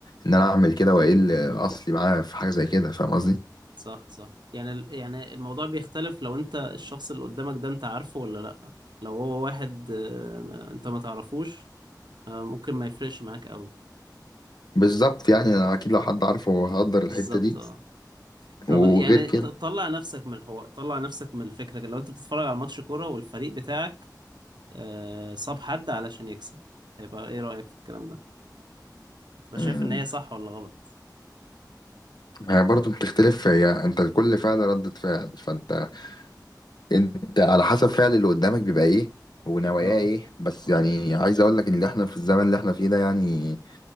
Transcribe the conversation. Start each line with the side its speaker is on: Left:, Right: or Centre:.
Left: ان انا اعمل كده واقل اصلي معاه في حاجه زي كده فاهم قصدي
Right: صح صح يعني ال- يعني الموضوع بيختلف لو انت الشخص اللي قدامك ده انت عارفه ولا لا لو هو واحد آه، انت ما تعرفوش آه، ممكن ما يفرقش معاك قوي
Left: بالظبط يعني انا اكيد لو حد عارفه هقدر الحته
Right: بالظبط
Left: دي
Right: اه طب
Left: وغير
Right: يعني
Left: كده
Right: ط- طلع نفسك من الحوار طلع نفسك من الفكرة لو انت بتتفرج على ماتش كورة والفريق بتاعك آه، صاب حد علشان يكسب هيبقى ايه رأيك في الكلام ده تبقى
Left: مم.
Right: شايف ان هي صح ولا غلط
Left: هي برضه بتختلف هي انت كل فعل ردة فعل فانت انت على حسب فعل اللي قدامك بيبقى ايه ونواياه
Right: اه
Left: ايه بس يعني عايز اقول لك ان احنا في الزمن اللي احنا فيه ده يعني